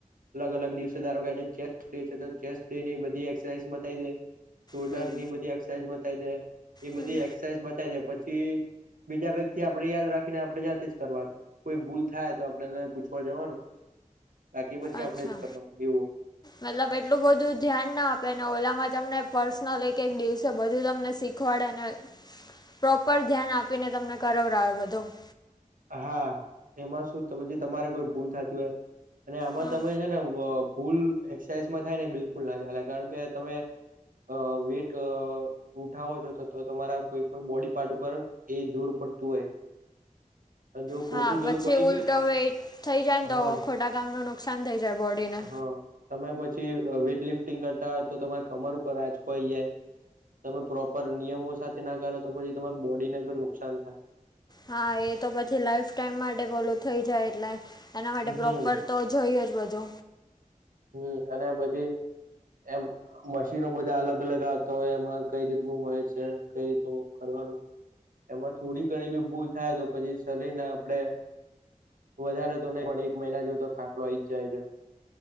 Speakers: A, on the right (about 85°); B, on the left (about 30°).
A: અલગ-અલગ દિવસે ધારો કે આજે ચેસ ડે છે તો ચેસ ડેની બધી એક્સરસાઇઝ બતાવી દે. શોલ્ડરની
B: હમ
A: બધી એક્સરસાઇઝ બતાવી દે એ
B: હમ
A: બધી એક્સરસાઇઝ બતાવી દે. પછી બીજા વ્યક્તિ આપણે યાદ રાખીને આપણે જાતે જ કરવાનું. કોઈ ભૂલ થાય તો આપણે પૂછવા જવાનું બાકી પછી
B: અચ્છા
A: આપણે જ કરવાનું એવું હોય.
B: મતલબ એટલું બધું ધ્યાન ના આપે અને ઓલામાં તમને પર્સનલ એક-એક દિવસે બધું તમને શીખ અઠવાડે ને પ્રોપર ધ્યાન આપીને તમને કરાવડાવે બધું.
A: હા એમાં શુંત તમારે કોઈ ભૂલ થતી હોય. અને આમાં
B: હા
A: તમે છે ને ભૂલ એક્રસાઇઝમાં થાય ને બિલકુલ ના ચાલે કારણ કે તમે અ વીટ ઉઠાવો છો તો તો તમારા કોઈ પણ બોડી પાર્ટ ઉપર એ જોર પડતું હોય. અને જો
B: હા
A: ખોટું
B: પછી
A: જોર પડી
B: ઉલટો
A: ગયું ને
B: વેઇટ થઈ જાય
A: હા
B: ને તો ખોટા કામ ન નુકસાન થઇ જાય બોડીને
A: હા તમે પછી વેઇટ લિફ્ટિંગ કરતા હોય તો તમારા કમર ઉપર આંચકો આવીઈ જાય. તમે પ્રોપર નિયમો સાથે ના કરો તો પછી તમાર બોડીને કો નુકસાન થાય.
B: હા એ તો પછી લાઈફ ટાઈમ માટે બોલું થઈ જાય એટલે એના માટે
A: હમ
B: પ્રોપર તો જોઈએ જ બધો
A: હમ અને પછી એમ મશીનો બધા અલગ અલગ આવતા હોય એમાં કઈ રીતનું હોય છે કઈ રીતનું કરવાનું. એમાં થોડી ઘણી બી ભૂલ થાય તો પછી શરીર ને આપડે વધારે તો નહી પણ એક મહિના જેવ તો ખાટલો આઈ જ જાય છે.